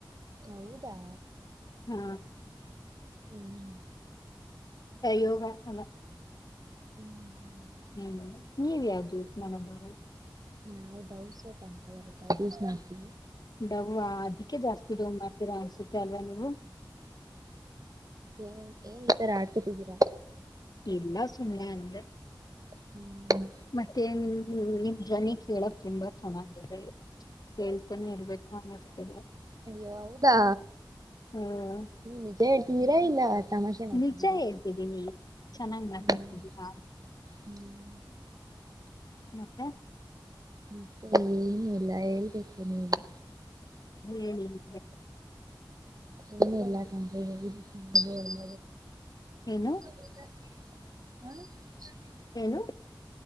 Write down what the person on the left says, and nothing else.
ಹ್ಮ
ಯೋಗಾ ಅಲ್ಲ
ಹ್ಮ್ ನೀವ ಯಾವ್ದ ಯೂಸ್ ಮಾಡದದು
ಡವ ಅದಕ್ಕೆ ಜಾಸ್ತಿ ಡವ ಮಾಡ್ತೀರಾ ಅನ್ಸುತ್ತೆ ಅಲ್ವಾ ನೀವು
ಎಲ್ಲಾ ಸನ್ನ ಅಂದ
ಮತ್ತೆ ನಿಮ್ ಧ್ವನಿ ಕೇಳಕ್ ತುಂಬಾ ಚೆನ್ನಾಗಿದೆ ಕೇಳ್ತಾನೆ ಇಡ್ಬೇಕು ಅನ್ನಿಸ್ತೇನೆ
ಹ್ಮ್
ನಿಜ ಹೇಳ್ತಿದ್ದೀನಿ ಚೆನ್ನಾಗ್ ಮಾತಾಡ್ತಿದಾ
ಮತ್ತ
ಏನಿಲ್ಲ
ಏನು
ಏನು